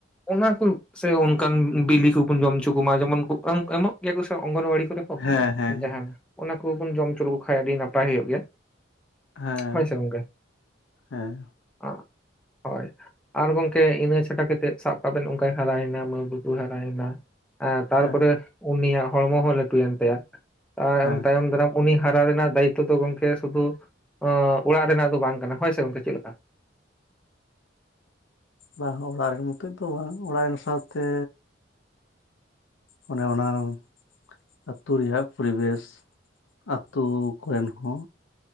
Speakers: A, in the centre; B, on the left (about 85°).
A: ᱚᱱᱟ ᱠᱩᱵ ᱥᱮ ᱚᱱᱠᱟᱱ ᱵᱤᱞᱤ ᱠᱩᱵᱩᱱ ᱡᱚᱢ ᱩᱪᱩ ᱠᱚᱢᱟ ᱡᱮᱢᱚᱱ ᱠᱩᱵ ᱮᱢᱼᱮᱢᱚᱜ ᱜᱮᱭᱟ ᱠᱩ ᱥᱮ ᱚᱝᱜᱚᱱᱣᱟᱲᱤ ᱠᱚᱨᱮ᱾ ᱚ
B: ᱦᱮᱸ ᱦᱮᱸ
A: ᱡᱟᱦᱟᱱ
B: ᱦᱮᱸ
A: ᱚᱱᱟ ᱠᱩᱵᱩᱱ ᱡᱚᱢ ᱦᱚᱪᱚ ᱞᱮᱠᱚ ᱠᱷᱟᱡ ᱟᱹᱰᱤ ᱱᱟᱯᱟᱭ ᱦᱩᱭᱩᱜ ᱜᱮᱭᱟ᱾
B: ᱦᱮᱸ
A: ᱦᱳᱭ ᱥᱮ ᱜᱚᱝᱠᱮ,
B: ᱦᱮᱸ
A: ᱟᱸᱜ ᱦᱳᱭ᱾ ᱟᱨ ᱜᱚᱝᱠᱮ ᱤᱱᱟᱹ ᱪᱷᱟᱰᱟ ᱠᱟᱛᱮᱫ ᱥᱟᱵ ᱠᱟᱜ ᱵᱮᱱ ᱚᱝᱠᱟᱭ ᱦᱟᱨᱟᱭᱮᱱᱟ, ᱢᱟᱹᱭ ᱵᱟᱹᱵᱩ ᱦᱟᱨᱟᱭᱮᱱᱟ᱾ ᱟᱻ ᱛᱟᱨᱯᱚᱨᱮ
B: ᱦᱮᱸ
A: ᱩᱱᱤᱭᱟᱜ ᱦᱚᱲᱢᱚ ᱦᱚᱸ ᱞᱟᱹᱴᱩᱭᱮᱱ ᱛᱟᱭᱟ, ᱟᱻ
B: ᱦᱮᱸ
A: ᱩᱱ ᱛᱟᱭᱚᱢ ᱫᱟᱨᱟᱢ ᱩᱱᱤ ᱦᱟᱨᱟ ᱨᱮᱱᱟᱜ ᱫᱟᱭᱤᱛᱛᱚ ᱫᱚ ᱜᱚᱝᱠᱮ ᱥᱩᱫᱩ ᱚᱸ ᱚᱲᱟᱜ ᱨᱮᱱᱟᱜ ᱫᱚ ᱵᱟᱝ ᱠᱟᱱᱟ᱾ ᱦᱳᱭ ᱥᱮ ᱜᱚᱝᱠᱮ ᱪᱮᱫ ᱞᱮᱠᱟ?
B: ᱵᱟᱦᱚᱸ ᱚᱲᱟᱜ ᱨᱮᱱ ᱢᱚᱛᱚᱡ ᱫᱚ ᱵᱟᱝ, ᱚᱲᱟᱜ ᱨᱮᱱ ᱥᱟᱶ ᱛᱮ ᱚᱱᱮ ᱚᱱᱟᱢ ᱟᱛᱩ ᱨᱮᱭᱟᱜ ᱯᱚᱨᱤᱵᱮᱥ, ᱟᱛᱩ ᱠᱚᱨᱮᱱ ᱦᱚᱸ